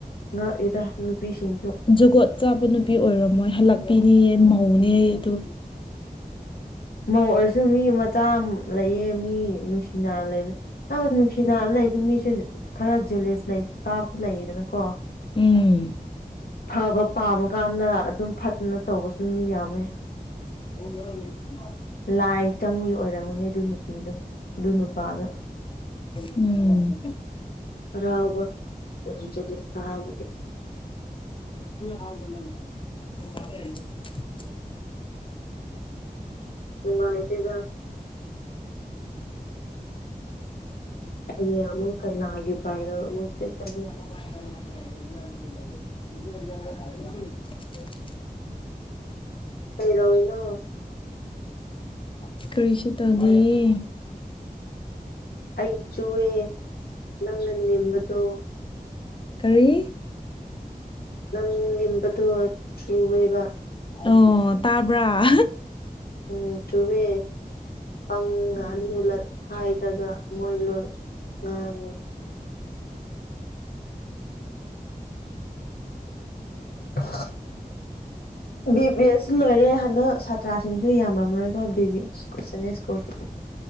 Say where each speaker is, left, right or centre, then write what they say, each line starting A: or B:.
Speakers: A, on the left (about 85°); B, on the left (about 35°).
A: ꯉꯛꯏꯗꯥ ꯅꯨꯄꯤꯁꯤꯡꯁꯨ
B: ꯖꯒꯣꯠ ꯆꯥꯕ ꯅꯨꯄꯤ ꯑꯣꯏꯔꯝꯃꯣꯏ ꯍꯜꯂꯛꯄꯤꯅꯤꯌꯦ ꯃꯧꯅꯦꯌꯦ ꯗꯨ
A: ꯃꯧ ꯑꯣꯏꯔꯁꯨ ꯃꯤ ꯃꯆꯥ ꯂꯩꯌꯦ ꯃꯤ ꯅꯨꯡꯁꯤꯅꯥ ꯂꯩꯕ ꯑꯥ ꯅꯨꯡꯁꯤꯅꯥ ꯂꯩꯕ ꯃꯤꯁꯦ ꯈꯔ ꯖꯦꯂꯦꯁ ꯂꯩ ꯀꯥꯕꯁꯨ ꯂꯩꯌꯦꯗꯅ ꯀꯣ
B: ꯎꯝ
A: ꯐꯕ ꯄꯥꯝꯃꯀꯥꯟꯗ ꯑꯗꯨꯝ ꯐꯠꯇꯅ ꯇꯧꯕꯁꯨ ꯃꯤ ꯌꯥꯝꯃꯦ
B: ꯍꯔ ꯀꯃ
A: ꯂꯥꯏ ꯆꯪꯕꯨꯒꯤ ꯑꯣꯏꯔꯝꯒꯨꯅꯦ ꯑꯗꯨ ꯅꯨꯄꯤꯗꯣ ꯑꯗꯨ ꯅꯨꯄꯥꯗ
B: ꯎꯝ
A: ꯍꯔꯥꯎꯕ ꯌꯥꯝꯁꯤꯠꯂ ꯁꯥꯕꯒꯤ
B: ꯍꯥꯣꯂ <unintelligible>
A: ꯍꯥꯏꯗꯤꯗ ꯑꯩ ꯑꯃꯨꯛ ꯀꯥꯏꯩꯅ ꯍꯥꯏꯒꯤꯦꯕꯥꯔ ꯑꯃꯨꯛꯛꯇ ꯀꯅꯤ
B: <unintelligible>
A: ꯀꯩꯗꯧꯔꯤꯅꯣ
B: <inaudible> ꯀꯔꯤꯁꯨ ꯇꯧꯗꯤꯌꯦ
A: ꯑꯩ ꯆꯨꯑꯦ ꯅꯪꯅ ꯅꯦꯝꯕꯗꯣ
B: ꯀꯔꯤ
A: ꯅꯪ <unintelligible> ꯆꯨꯑꯦꯕ
B: ꯑꯣ ꯇꯥꯕ꯭ꯔꯥ
A: ꯎꯝ ꯆꯨꯋꯦ <unintelligible> ꯍꯥꯏꯗ꯭ꯔꯒ ꯃꯣꯏ ꯂꯣꯟ ꯉꯥꯡꯉꯤ <unintelligible> ꯕꯤ ꯕꯤ ꯑꯦꯁ ꯂꯣꯏꯔꯦ ꯍꯟꯗꯛ ꯁꯥꯇ꯭ꯔꯥꯁꯤꯡꯁꯨ ꯌꯥꯝꯔꯝꯔꯣꯏꯀꯣ ꯕꯤ ꯕꯤ ꯑꯦꯁ ꯁꯟꯗꯦ ꯁ꯭ꯀꯨꯜꯒꯤ